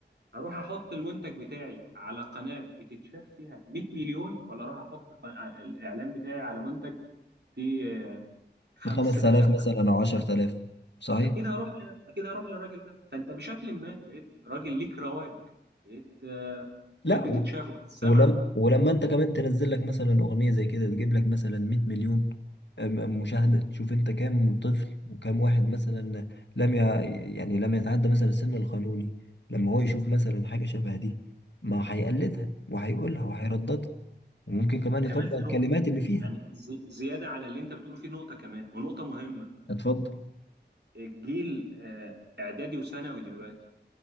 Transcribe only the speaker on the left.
5000
مثلا
او 10000 صحيح
لا
و...
ولم... ولما انت كمان تنزل لك مثلا اغنيه زي كده تجيب لك مثلا 100 مليون آه، م- مشاهده تشوف انت كام طفل وكام واحد مثلا لم ي... يعني لم يتعدى مثلا السن القانوني لما هو يشوف مثلا حاجه شبه دي ما هيقلدها وهيقولها وهيرددها وممكن كمان
يطبق
الكلمات
اللي فيها
اتفضل